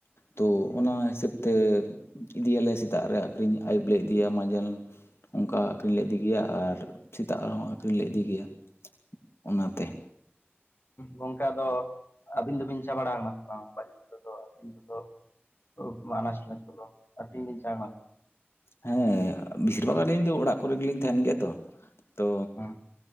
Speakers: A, on the left; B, on the left.
A: ᱛᱚ
B: ᱦᱩᱸ
A: ᱚᱱᱟ ᱦᱤᱥᱟᱹᱵ ᱛᱮ ᱤᱫᱤᱭᱟᱞᱮ ᱥᱮᱛᱟᱜ ᱨᱮ ᱟᱹᱠᱷᱨᱤᱧ ᱟᱹᱭᱩᱵ ᱞᱮ ᱤᱫᱤᱭᱟ ᱢᱟᱡᱟᱱ ᱚᱱᱠᱟ ᱟᱹᱠᱷᱨᱤᱧ ᱞᱮ ᱮᱫᱤ ᱜᱮᱭᱟ ᱟᱨ ᱥᱮᱛᱟᱜ ᱨᱮᱦᱚᱸ ᱟᱹᱠᱷᱨᱤᱧ ᱞᱮ ᱮᱫᱤ ᱜᱮᱭᱟ ᱚᱱᱟ ᱛᱮ
B: ᱜᱚᱝᱠᱮ ᱟᱫᱚ ᱟᱹᱵᱤᱱ ᱫᱚᱵᱤᱱ ᱪᱟ ᱵᱟᱲᱟ ᱟᱠᱟᱱᱟ ᱥᱮ ᱵᱟᱝ ᱵᱟᱡᱟᱨ ᱛᱚ ᱟᱹᱠᱨᱤᱧ ᱠᱚᱫᱚ ᱛᱚ ᱚᱱᱟ ᱟᱱᱟᱡ ᱯᱟᱱᱟᱡ ᱠᱚᱫᱚ ᱟᱹᱠᱨᱤᱧ ᱞᱤᱧ ᱪᱟ ᱠᱟᱱᱟ᱾
A: ᱦᱮᱸ ᱵᱮᱥᱤᱨ ᱵᱷᱟᱜᱽ ᱟᱹᱞᱤᱧ ᱫᱚ ᱚᱲᱟᱜ ᱠᱚᱨᱮ ᱜᱮᱞᱤᱧ ᱛᱟᱦᱮᱱ ᱜᱮᱭᱟ ᱛᱚ, ᱛᱚ
B: ᱦᱮᱸ